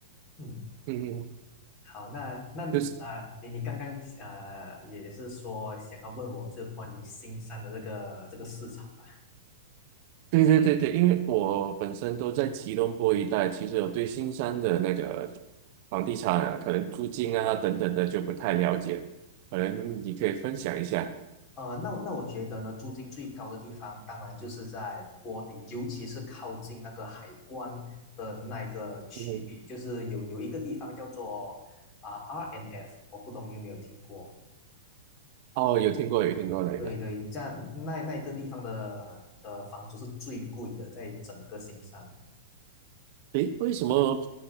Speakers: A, on the left; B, on the right.
A: 嗯，
B: 嗯，嗯，
A: 好，那那啊、
B: 就是
A: 呃你你刚刚呃也也是说想要问我，就是关于新山的这个这个市场吧。
B: 对对对对，因为我本身都在吉隆坡一带，其实我对新山的那个房地产啊，可能租金啊等等的就不太了解，可能你可以分享一下。
A: 呃，那我那我觉得呢，租金最高的地方当然就是在波迪，尤其是靠近那个海关的那一个区域，
B: 嗯，
A: 就是有有一个地方叫做啊、RNF，我不懂你有没有听过？
B: 哦，有听过有听过那个，
A: 对对，这样那那一个地方的的房租是最贵的，在整个新山。
B: 诶，为什么